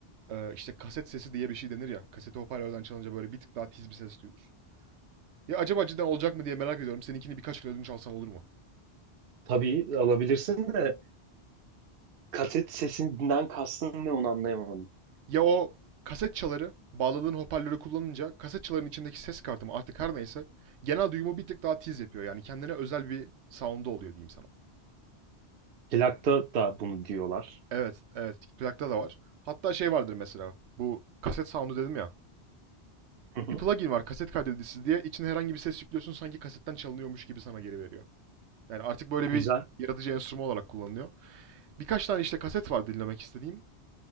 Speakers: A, on the right; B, on the right.
A: e, işte kaset sesi diye bir şey denir ya. Kaseti hoparlörden çalınca böyle bir tık daha tiz bir ses duyulur. Ya acaba cidden olacak mı diye merak ediyorum. Seninkini birkaç kere ödünç alsam olur mu?
B: Tabii alabilirsin de kaset sesinden kastın ne onu anlayamadım.
A: Ya o kaset çaları bağladığın hoparlörü kullanınca kaset çaların içindeki ses kartı mı artık her neyse genel duyumu bir tık daha tiz yapıyor. Yani kendine özel bir sound'u oluyor diyeyim sana.
B: Plakta da bunu diyorlar.
A: Evet, evet. Plakta da var. Hatta şey vardır mesela. Bu kaset sound'u dedim ya.
B: Hı hı.
A: Bir plugin var kaset kaydedicisi diye. içine herhangi bir ses yüklüyorsun sanki kasetten çalınıyormuş gibi sana geri veriyor. Yani artık böyle bir
B: Güzel.
A: yaratıcı enstrüman olarak kullanılıyor. Birkaç tane işte kaset var dinlemek istediğim.